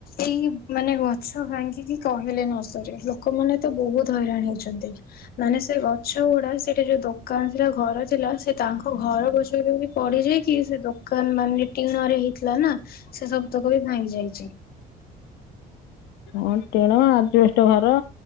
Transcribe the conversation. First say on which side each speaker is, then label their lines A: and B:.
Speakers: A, on the left; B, on the left.
A: ଏଇ ମାନେ ଗଛ ଭାଙ୍ଗିକି କହିଲେ ନ ସରେ ଲୋକମାନେ ତ ବହୁତ୍ ହଇରାଣ ହେଉଛନ୍ତି ମାନେ ସେ ଗଛ ଗୁଡା ସେଇଟେ ଯଉ ଦୋକାନ ଥିଲା ଘର ଥିଲା ସେ ତାଙ୍କ ଘର <unintelligible> ବି ପଡିଯାଇ କି ସେ ଦୋକ୍ ଦୋକାନ୍ ମାନେ ଟିଣରେ ହେଇଥିଲା ନା ସେ ସବୁତକ ବି ଭାଙ୍ଗି ଯାଇଚି।
B: ହଁ -କଣ ଟିଣ ଆଜିବେଷ୍ଟ୍ ଘର